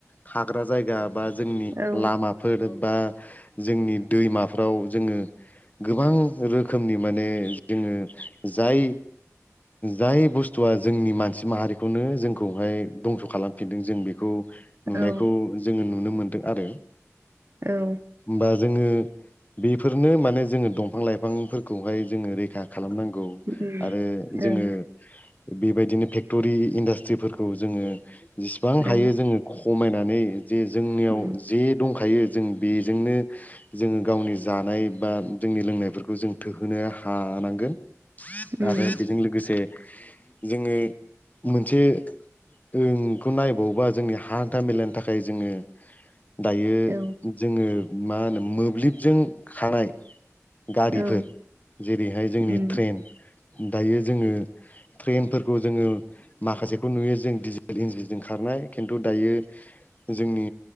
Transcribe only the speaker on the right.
औ
औ
औ
उम
ओं
ओं
उम
उम
औ
औ
उम